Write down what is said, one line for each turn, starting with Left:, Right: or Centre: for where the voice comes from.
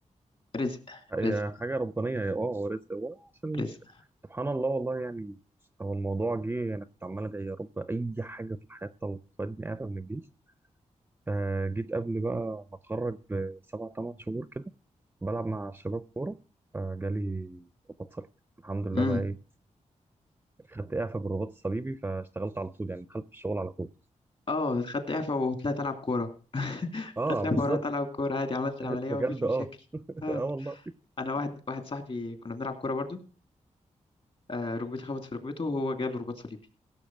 Left: رزق
Right: هي
Left: رزق
Right: حاجه ربانيه يا اه هو رزق هو عشان
Left: رزق
Right: سبحان الله والله يعني هو الموضوع جه انا كنت عمال ادعي يا رب اي حاجه في الحياه طب- تاخدني اعفاء من الجيش آه، جيت قبل بقى ما اتخرج بسبع ثمان شهور كده بلعب مع الشباب كورة فجالي رباط صليبي الحمد لله
Left: امم
Right: بقى ايه خدت اعفاء بالرباط الصليبي فاشتغلت على طول يعني دخلت في الشغل على طول
Left: اه خدت اعفاء وطلعت العب كوره <laughs>
Right: اه
Left: خدت
Right: بالظبط
Left: اعفاء ورحت العب كوره عادي عملت
Right: <laughs>
Left: العمليه
Right: بجد
Left: ومفيش مشاكل
Right: اه <laughs>
Left: اه
Right: اه والله
Left: انا واحد واحد صاحبي كنا بنلعب كوره برضو آه، ركبتي خبطت في ركبته وهو جاله رباط صليبي